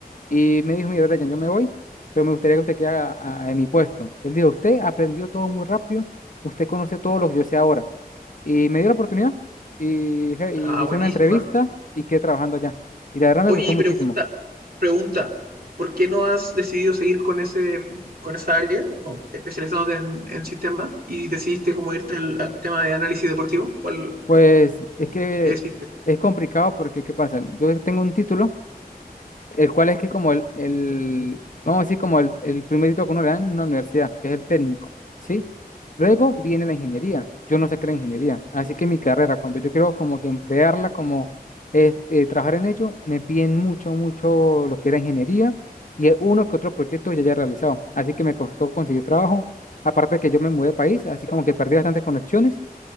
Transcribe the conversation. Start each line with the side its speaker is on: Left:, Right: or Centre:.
Left: y me dijo, mira, Brian, yo me voy, pero me gustaría que usted quede a- a- en mi puesto. Él dijo, usted aprendió todo muy rápido, usted conoce todo lo que yo sé ahora. Y me dio la oportunidad y, je-
Right: ah,
Left: y me hizo
Right: buenísima.
Left: una entrevista y quedé trabajando allá. Y la verdad
Right: Oye,
Left: me gustó
Right: y
Left: muchísimo.
Right: pregunta, pregunta, ¿por qué no has decidido seguir con ese, con esa área, con- especializándote en, en sistemas, y decidiste como irte al, al tema de análisis deportivo? ¿Cuál,
Left: Pues es que
Right: qué decidiste?
Left: es complicado porque, ¿qué pasa? Yo tengo un título, el cual es que como el, el vamos a decir, como el, el primer título que uno le dan en una universidad, que es el técnico, ¿sí? Luego viene la ingeniería. Yo no saqué la ingeniería, así que mi carrera, cuando yo quiero como que emplearla, como este, trabajar en ello, me piden mucho, mucho lo que era ingeniería y es uno que otro proyecto que ya haya realizado. Así que me costó conseguir trabajo. Aparte de que yo me mudé de país, así como que perdí bastantes conexiones